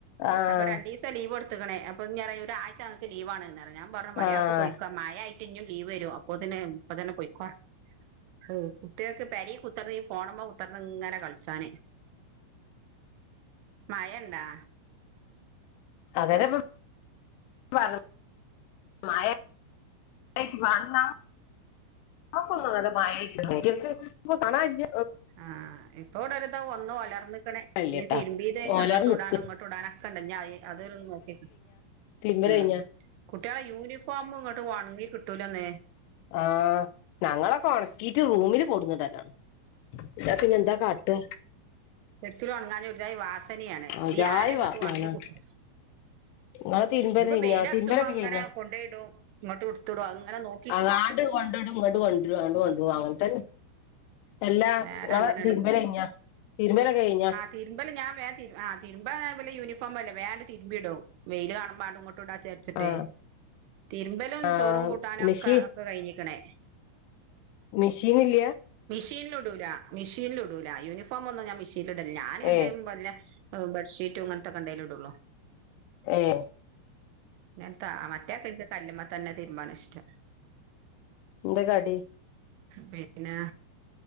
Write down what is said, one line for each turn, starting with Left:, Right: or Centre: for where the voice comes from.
Left: ആഹ്
Right: അപ്പൊ രണ്ടീസം ലീവൊട്ത്ക്ണ് എടുക്കണ അപ്പൊ ഒരാഴ്ചക്ക് ലീവാണ് ഞാൻപറഞ്ഞ മര്യാക്ക്
Left: ആഹ്
Right: പോയിക്ക. മയായിട്ട് ഇനും ലീവരും അപ്പൊ തിന് ഇപ്പൊ തന്നെ പോയിക്കോ ഹ് കുട്ടൾക്ക്പേരെ കുത്തർന്ന് ഫോണമെ കുത്തർന്നി ങ്ങനെ കളിച്ചാന്. മയണ്ടാ?
Left: അതെന്നെപ്പം വർ മായ ഇറ്റ് വർണം. മ്മക്കൊന്നും അങ്ങനത്തെ മഴയെല്ല ഐറ്റെൾക്കു പൊക്ണായില്ല
Right: ആഹ് ഇപ്പോ ഇടരിതാ വന്നു വലർന്ന്. ക്ക്ണ്
Left: മഴയില്ലട്ടാ
Right: ഇനീ തിരുമ്പ ഇത്
Left: ഓലാറ്
Right: അങ്ങോട്ട
Left: നിക്ക്
Right: ഇടാനും ഇങ്ങോട്ട ഇടാനൊക്കെ ഇണ്ട ഞാ അത് നോക്കി
Left: തിരിമ്പലയിഞ്ഞോ?
Right: ഉം കുട്ടികളെ യൂണിഫോമ ഇങ്ങോട്ട് ഉണങ്ങി കിട്ടൂലന്നേ.
Left: ആഹ് ഞങ്ങളൊക്കെ ഉണക്കിട്ട് റൂമിൽ കൊടുന്നുടലാണ് ഇപിന്നെ എന്താ കാ ട്ടാ
Right: ശെരിക്കുന്നു ഉണങ്ങാഞാ ഒരുജാതിവാസനയാണ്
Left: അജായി
Right: ഈ ആരങ്ങോട്ട്
Left: വാ
Right: ഉണങ്ങികിട്ടൂല.
Left: മണാണ് നിങ്ങളെ തിരുമ്പല്
Right: അതിപ്പോ
Left: കഴിഞ്ഞാ
Right: വെയിലറച്ചുമ്പോ
Left: തിരുമ്പലൊക്കെ
Right: അങ്ങനെ
Left: കഴിഞ്ഞാ
Right: കൊണ്ടയിടോ ഇങ്ങോട്ട് ഇടുത്തിട അങ്ങനെ നോക്കി
Left: അ ആണ്ട് കൊണ്ടോടും ഇങ്ങോട്ട് കൊരു കൊണ്ട അങ്ങനത്തെന്ന എല്ലാ നി
Right: നേരെ അങ്ങനെയട്
Left: തിരുമ്മല കഴിഞ്ഞ തിരുമ്പലൊക്കെ കഴിഞ്ഞ?
Right: തരുമ്പല ഞാ വേൻ ആ തിരുമ്പല്ല യൂണഫോംല്ലേണ്ടരുമ്പിടും വെയിൽ കാണ്പാ അുംങ്ങോട്ട ഇട ച ചിട്ടേ
Left: ആഹ്
Right: തിരുമ്പലും
Left: ആഹ്
Right: ചോറും കൂട്ടാനും ഒക്കെ
Left: മെഷീൻ
Right: ഒക്കെ കഴിഞ്ഞിക്കണേ.
Left: മിഷീൻ ഇല്ലയ?
Right: മെഷീനൽ ഇടൂല മെഷീനില ഇടൂല യൂണിഫോം ഒന്നും ഞാൻ മെഷീന ഇടില്ല ഞാൻ
Left: ഏ
Right: എന്തേും വല്ല ബെഡ്ഷീറ്റ അങ്ങനത്തെക്ക കണ്ട കല ഇടുള്ളോ
Left: ഏഹ്
Right: ഞാൻ മറ്റേ കലുമ തന്നെ തീരുമ്പൻ ഇഷ്ടം
Left: എന്താ കടി?
Right: പിന്നെ